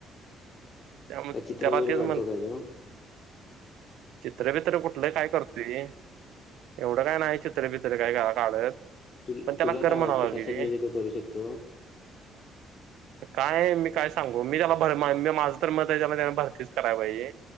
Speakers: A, on the right; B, on the left.
A: त्यामुळे
B: का चित्र
A: त्याला
B: वगैरे
A: तेच
B: काढतो काय त
A: चित्रबित्र कुठलं काय करतोय. एवढं काय नाही चित्र बित्र काय काढत
B: तु
A: पण त्याला
B: तुला काय
A: कर म्हणालावली
B: वाटतं कशात म्हणजे तो करू शकतो हा
A: काय. मी काय सांगू मी त्याला भर मी माझं तर मत आहे त्याना भरतीच कराय पाहिजे